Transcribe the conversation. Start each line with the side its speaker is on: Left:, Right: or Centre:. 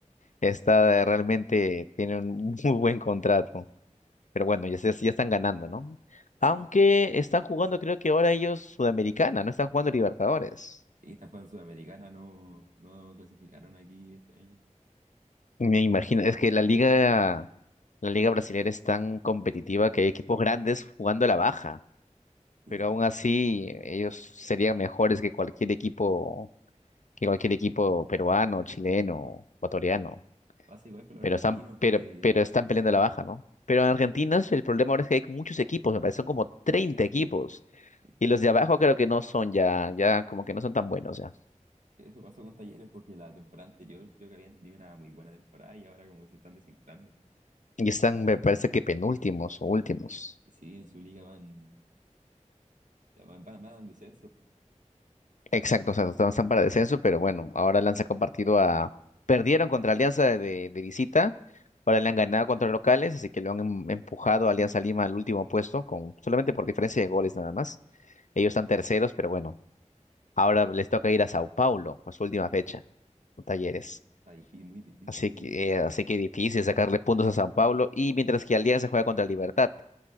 Left: está realmente, tiene un muy buen contrato, pero bueno, ya, se- ya están ganando, ¿no?
Right: Sí,
Left: Aunque están jugando, creo que ahora ellos Sudamericana, no están jugando Libertadores.
Right: sí, esta fue en Sudamericana, no, no clasificaron aquí este año.
Left: Me imagino, es que la liga, la liga brasileña es tan competitiva que hay equipos grandes jugando a la baja,
Right: Sí,
Left: pero aún así ellos serían mejores que cualquier equipo, que cualquier equipo peruano, chileno, ecuatoriano,
Right: pasa igual con los
Left: pero
Right: argentinos
Left: están, pero,
Right: que...
Left: pero están peleando a la baja, ¿no? Pero en Argentina el problema ahora es que hay muchos equipos, me parece son como 30 equipos,
Right: sí.
Left: y los de abajo creo que no son ya, ya como que no son tan buenos ya,
Right: Eso pasó con Talleres porque la temporada anterior creo que habían tenido una muy buena temporada y ahora como que se están desinflando.
Left: y están, me parece que penúltimos o últimos.
Right: Sí, en su liga van, ya van, van, van al descenso.
Left: Exacto, o sea, no están para descenso, pero bueno, ahora le han sacado partido a... Perdieron contra Alianza de, de visita, ahora le han ganado contra locales, así que lo han em- empujado a Alianza Lima al último puesto, con... solamente por diferencia de goles nada más. Ellos están terceros, pero bueno, ahora les toca ir a Sao Paulo, por su última fecha, con Talleres.
Right: Y está difícil, muy difícil,
Left: Así
Right: yo
Left: que,
Right: diría,
Left: eh, así que difícil sacarle puntos a Sao Paulo, y mientras que Alianza juega contra Libertad.